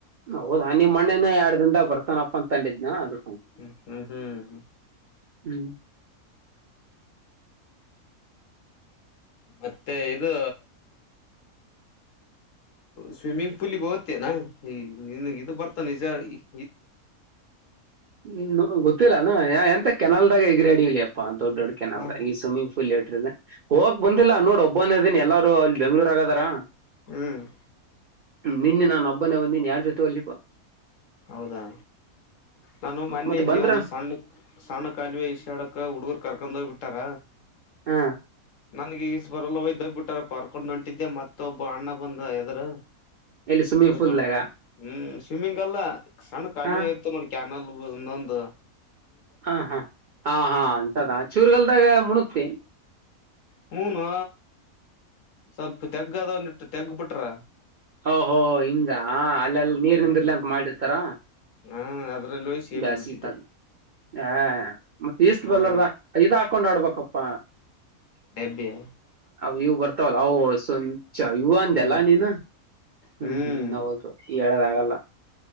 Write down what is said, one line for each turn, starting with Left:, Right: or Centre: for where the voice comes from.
Right: ಹೌದಾ ನಿಮ್ಮ ಮಣ್ಣೇನೇ ಎರಡ್ ದಿಂದಾಗ ಬರ್ತಾನಪ್ಪ ಅಂತ ತಂದಿದ್ದ್ನ ಅದು.
Left: ಹ್ಮ್ ಹ್ಮ್ ಹ್ಮ್ ಹ್ಮ
Right: ಹ್ಮ್
Left: ಮತ್ತೆ ಇದು. ಸ್ವಿಮ್ಮಿಂಗ್ ಪೂಲಿಗೆ ಹೊತೇನಾ ಈ ನಿನಗ ಇದು ಬರ್ತಾನೆ ನಿಜ ಈ
Right: ಹ್ಮ ಗೊತ್ತಿಲ್ಲಾನು ಎಂತ ಕೆನಾಲ್ದಾಗ ಹೆಗರಡಿ ಎಲ್ಲೆಪ್ಪ. ದೊಡ್ಡ ದೊಡ್ಡ ಕೆನಲ್ಲದಾಗ
Left: ಹ
Right: ಈ ಸ್ವಿಮಂಗ್ ಪುಲ್ ಯಡ್ ಹೋಗಕ್ ಬಂದಿಲ್ಲ ನೋಡು ಒಬ್ಬನ ಇದಿನಿ ಎಲ್ಲಾರು ಅಲ್ಲಿ ಬೆಂಗ್ಳೂರ್ ದಗಾ ಅದರಾ.
Left: ಹ್ಮ್
Right: ನಿನ್ನೆ ನಾನು ಒಬ್ಬನೇ ಬಂದಿನಿ ಯಾರ ಜೊತೆ ಹೋಗ್ಲಿಪಾ.
Left: ಹೌದಾ ನಾನು ಮೊನ್ನೆ
Right: ಮತ್ತ
Left: ಇಲ್ಲಿ
Right: ಬಂದ್ರ
Left: ಒಂದು ಸಣ್ಣ ಸಣ್ಣ ಕಾಲವೆ ಇಶಾಡಕ್ ಹುಡುಗರು ಕರಕೊಂಡೊಗಿ ಬಿಟಾರ.
Right: ಹ..
Left: ನನಗೆ ಈಜ ಬರಲ್ಲ ಹೋಗಿ ದಬಿಟಾರಪ್ಪ ಹರಕೊಂಡ ಒಂಟಿದ್ದೇ ಮತ್ತ ಒಬ್ಬ ಅಣ್ಣಬಂದ ಎಬ್ <unintelligible> ದ್ರ
Right: ಎಲ್ಲಿ ಸ್ವಿಮ್ಮಿಂಗ್
Left: ತಿಳ್ಕೊಂಡ
Right: ಪೂಲ್ದಾಗ
Left: ಹ್ಮ. ಸ್ವಿಮ್ಮಿಂಗ್ ಅಲ್ಲ ಸಣ್ಣ ಕಾಲುವೆ
Right: ಹ
Left: ಇತ್ತ ನೋಡ ಕ್ಯಾನಲದ ಇನೋಂದ.
Right: ಹ ಹ ಹಾ ಹಾ ಅಂತದಾ ಚೂರಗಲ್ದಾಗ ಮುಣಗ್ತೀ.
Left: ಹೂನೋ ಸ್ವಲ್ಪ ತೆಗ್ಗದ ವಂದಿಟ್ಟು ತೆಗ್ಗ ಬಿಟ್ರ.
Right: ಓಹೋ ಹಿಂಗ ಆ ಅಲ್ಲೆಲ್ಲಿ ನೀರ್
Left: ಹ್ಮ್
Right: ನಿಂದರ್ಲೆಂತ್ತ ಅಂತ ಮಾಡಿರ್ತಾರ
Left: ಹಾ ಅದ್ರಲ್ಲಿ ಹೋಗಿ ಸೇಬಿದ್
Right: ಬಸಿ
Left: ಬಿಟ್ಟಿದ್ದೆ
Right: ಕಾಲ ಹಾ <inaudible> ಮತ್ತ ಈಸ್ಟ್
Left: ಹ್ಮ್
Right: ಬಲ್ಲಾರದ ಐದ ಹಾಕೊಂಡ್ ಆಡ್ಬಬೇಕಪ್ಪಾ
Left: ಡೆಬ್ಬಿ
Right: ಅವ ಇವ ಬರ್ತಾವಲ್ಲ ಅವ ಸ್ವಚ ಇವು ಅಂದ್ಯಲ್ಲಾ
Left: ಹ್ಮ್
Right: ನೀನು ಹೂ
Left: ಹ್ಮ್
Right: ಹೂ ಹೌದ ಹೇಳದ ಆಗಲ್ಲ